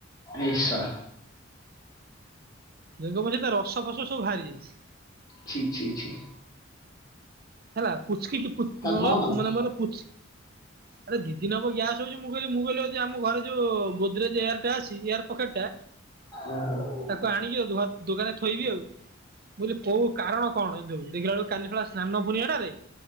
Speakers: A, on the left; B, on the right.
A: ନିଶା।
B: ବେଙ୍ଗ ପସି ତା ରସ ଫସ ସବୁ ଭାଆରି ଯାଇଛି।
A: ଛି ଛିି ଛିି।
B: ହେଲା ପୁଚକି କି ପୁଚ୍ <unintelligible>
A: କଣ କଲ
B: ମାନେ ମୋର ପୁଚ୍ ଆରେ ଦି ଦିନ ହବ ଗ୍ୟାସ୍। ତୁ ଭାବୁଚୁ ମୁଁ କହିଲି ମୁଁ କହିଲି ଆଉ ଯିଏ ଆମ ଘରେ ଯୋଉ ଗୋଦରେଜ ଏୟାର ଟା ଅଛି ଏୟାର ପକେଟ ଟା।
A: ଓହୋ
B: ତାକୁ ଆଣିକି ଆଉ ଘର୍ ଦୋକାନରେ ଥୋଇବି ଆଉ। ବୁଝିଲି କୋଉ କାରଣ କଣ ଏମତି ହଉଚି ଦେଖିଲା ବଳକୁ କାଲି ଶଳା ସ୍ନାନ କୁଣିଆଟାରେ